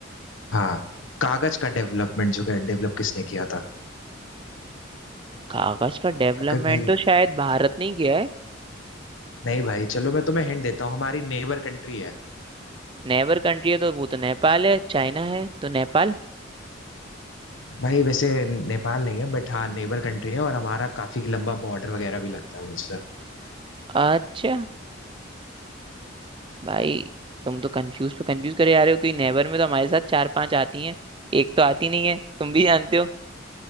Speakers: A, on the left; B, on the right.
A: हाँ कागज का डेवलपमेंट जो है डेवलप किसने किया था
B: कागज का डेवलपमेंट
A: अगर भाई
B: तो
A: हाँ
B: शायद भारत ने ही किया है
A: नहीं भाई चलो मैं तुम्हें हिंट देता हूँ हमारी नेबर कंट्री है
B: नेबर कंट्री है तो वो तो नेपाल है चाइना है तो नेपाल
A: भाई वैसे नेपाल नहीं है बट हाँ नेबर कंट्री है और हमारा काफी लंबा बॉर्डर वगैरह भी लगता है उनसे
B: अच्छा भाई तुम तो कंफ्यूज पे कंफ्यूज करे जा रहे हो कि नेबर में तो हमारे साथ चार पांच आती हैं एक तो आती नहीं है तुम भी जानते हो